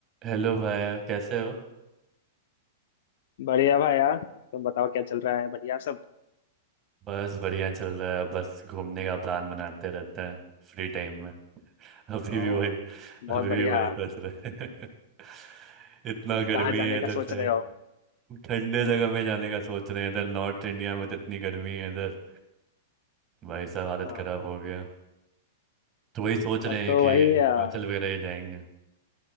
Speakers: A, on the right; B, on the left.
A: Hello भैया कैसे हो
B: बढ़िया भाई यार तुम बताओ क्या चल रहा है बढ़िया सब
A: बस बढ़िया चल रहा है बस घूमने का प्लान बनाते रहते हैं फ्री टाइम में <laughs> अभी
B: ओ
A: भी वही
B: बहुत
A: अभी भी
B: बढ़िया
A: वही सोच रहे हैं <laughs> इतना गर्मी
B: कहाँ जाने
A: है
B: का
A: इधर
B: सोच
A: साइड
B: रहे हो
A: ठंडे जगह में जाने का सोच रहे हैं इधर नॉर्थ इंडिया में तो इतनी गर्मी है इधर भाई साहब हालत
B: हाँ
A: खराब हो गया तो वही सोच रहे
B: तब तो
A: हैं कि
B: वही
A: हिमाचल
B: अ,
A: वगैरह ही जाएंगे